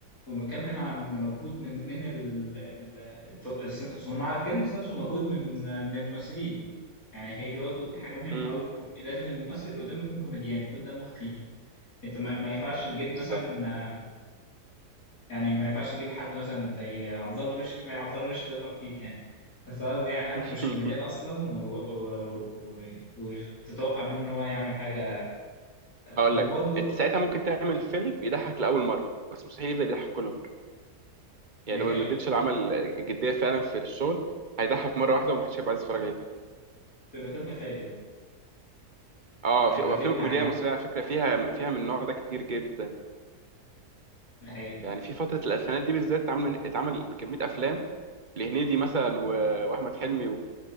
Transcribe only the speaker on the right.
مم.
بالظبط
<laughs>
هقول
لك انت ساعتها ممكن تعمل فيلم يضحك لاول مره بس مستحيل يفضل يضحك كل مره يعني
لو
ما اديتش العمل الجديه فعلا في الشغل هيضحك مره واحده ومحدش هيبقى عايز يتفرج عليه تاني
اه
في وافلام
الكوميديا
المصريه على فكره فيها فيها من النوع ده كتير جدا
يعني في فتره الالفينات دي بالذات اتعمل اتعمل كميه افلام لهنيدي مثلا و- واحمد حلمي